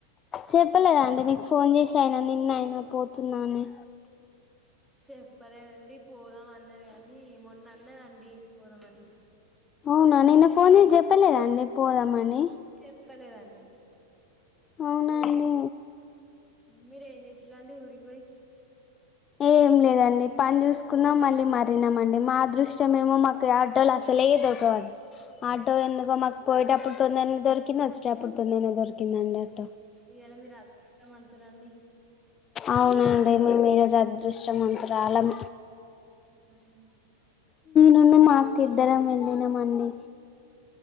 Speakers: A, on the left; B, in the centre.
A: చెప్పలేదండి నీకు ఫోన్ చేసి అయినా నిన్న అయినా పోతున్న అనీ
B: చెప్పలేదండి పోదాం అన్నది కాని మొన్న అన్నదండి పోదామని
A: అవునా నిన్న ఫోన్ చేసి చెప్పలేదండి పోదామని
B: చెప్పలేదండి
A: అవునాండి
B: మీరేం చేసిలాండి ఊరికి పోయి
A: ఏం లేదండి పని చూసుకున్నాం మళ్ళీ మరినామండి మా అదృష్టం ఏమో మాకు ఆడోలు అసలే ఏ దగడ్ ఆటో ఎందుకో మాకు పోయేటప్పుడు తొందనే దొరికింది వచ్చేట అప్పుడు తొందనే దొరికిందండి ఆటో
B: ఇవాళ మీరు అదృష్టం మత్తులండి
A: అవునండి మేము ఈరోజు అదృష్టం మతురాలం
B: ఉమ్
A: నిన్న మాకు ఇద్దరం వెళ్ళినమండి